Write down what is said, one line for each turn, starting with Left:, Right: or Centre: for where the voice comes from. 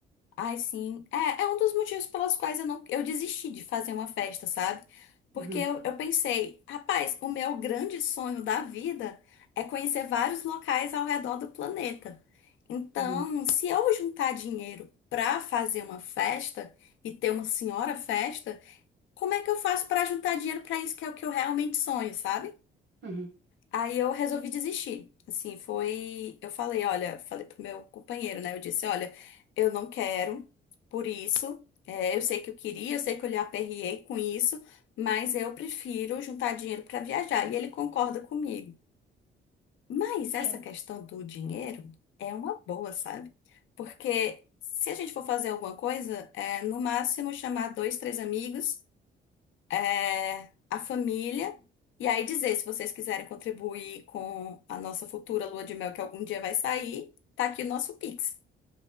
Left: Ai, sim. É, é um dos motivos pelos quais eu não, eu desisti de fazer uma festa, sabe? Porque
Right: Uhum,
Left: eu, eu pensei, rapaz, o meu grande sonho da vida é conhecer vários locais ao redor do planeta. Então,
Right: uhum,
Left: se eu juntar dinheiro pra fazer uma festa e ter uma senhora festa, como é que eu faço pra juntar dinheiro pra isso que é o que eu realmente sonho, sabe?
Right: uhum.
Left: Aí eu resolvi desistir. Assim, foi. Eu falei, olha, falei pro meu companheiro, né? Eu disse, olha, eu não quero, por isso. é, eu sei que eu queria, eu sei que eu lhe aperriei com isso, mas eu prefiro juntar dinheiro para viajar. E ele concorda comigo. Mas essa
Right: É,
Left: questão do dinheiro é uma boa, sabe? Porque se a gente for fazer alguma coisa, é no máximo chamar dois, três amigos é, a família, e aí dizer se vocês quiserem contribuir com a nossa futura lua de mel que algum dia vai sair, tá aqui o nosso Pix.